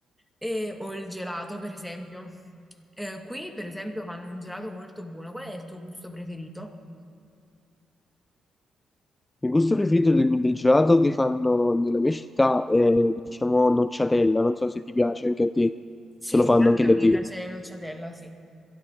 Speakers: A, in the centre; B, on the left.
A: e- o il gelato, per esempio. Eh, qui, per esempio, fanno un gelato molto buono. Qual è il tuo gusto preferito?
B: Il gusto preferito del, del gelato che fanno nella mia città è diciamo nocciatella, non so se ti piace anche a te,
A: Sì,
B: se lo
A: sì,
B: fanno
A: anche
B: anche da
A: a me
B: te.
A: piace la nocciadella, sì.